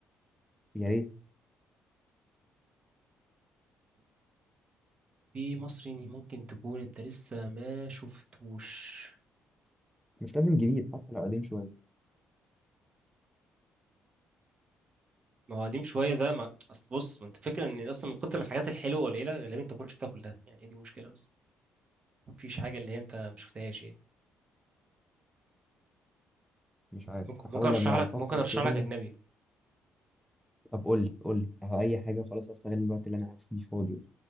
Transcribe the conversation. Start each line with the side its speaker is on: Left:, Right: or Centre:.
Centre: يا ريت
Right: في مصري ممكن تكون انت لسه ما شفتوش
Centre: مش لازم جديد حتى لو قديم شوية
Right: ما هو قديم شويه ده ما... اصل بص ما انت فكره ان اصلا من كتر من الحاجات الحلوه قليله غالبا انت تكون شفتها كلها يعني هي دي مشكله بس مفيش حاجه اللي هي انت ما شفتهاش يعني
Centre: مش عارف
Right: ممكن
Centre: بحاول
Right: ممكن ارشح
Centre: أبقى
Right: لك
Centre: أفكر
Right: ممكن ارشح
Centre: كده
Right: لك اجنبي
Centre: طب قول لي قول لي أهو أي حاجة خلاص أستغل الوقت اللي أنا قاعد فيه فاضي